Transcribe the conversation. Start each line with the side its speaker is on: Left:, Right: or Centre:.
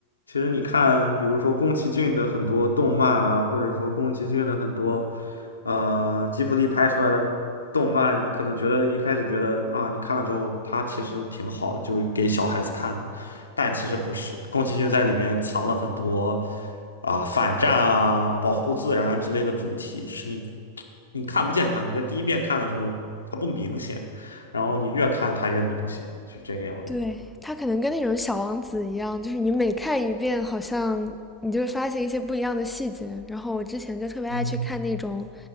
Left: 其实你看，比如说宫崎骏的很多动漫啊，或者说宫崎骏的很多，呃，吉卜力拍出来的动漫，你可能觉得一开始觉得啊，你看了之后，它其实挺好的，就是给小孩子看的，但其实不是，宫崎骏在里面藏了很多啊、反战啊、保护自然之类的主题，只是你你看不见它，你在第一遍看的时候它不明显，然后你越看它越明显，就是这个样子。
Centre: 对，他可能跟那种小王子一样，就是你每看一遍，好像你就会发现一些不一样的细节。然后我之前就特别爱去看那种，
Left: 嗯嗯。